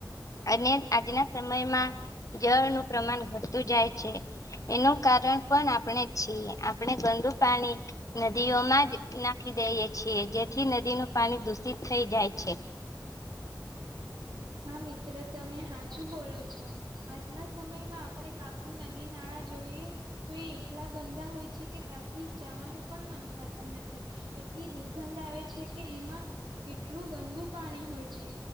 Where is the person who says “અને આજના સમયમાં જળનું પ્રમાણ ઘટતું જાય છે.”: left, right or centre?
Left